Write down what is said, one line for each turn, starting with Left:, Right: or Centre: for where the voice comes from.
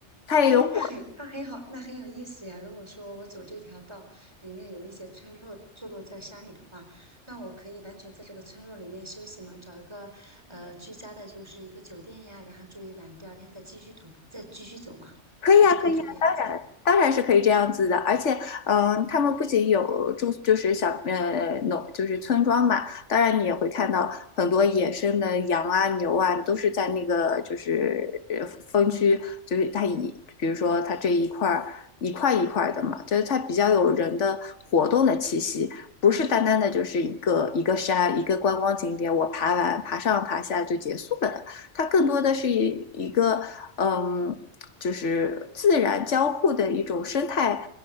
Left: 它也有古
Right: 哎，那很那很好，那很有意思呀。如果说我走这条道里面有一些村落坐落在山里的话，那我可以完全在这个村落里面休息嘛，找一个呃居家的，就是一个酒店呀，然后住一晚，第二天再继续徒步，再继续走嘛，
Left: 可以啊，
Right: 是不是可以这个样子？
Left: 可以啊，当然，当然是可以这样子的。而且，嗯、他们不仅有住，就是小呃农，就是村庄嘛。当然，你也会看到很多野生的羊啊、牛啊，都是在那个就是呃分区，就是它一，比如说它这一块儿一块一块的嘛，就是它比较有人的活动的气息。不是单单的就是一个一个山一个观光景点，我爬完爬上爬下就结束了的，它更多的是一一个嗯就是自然交互的一种生态，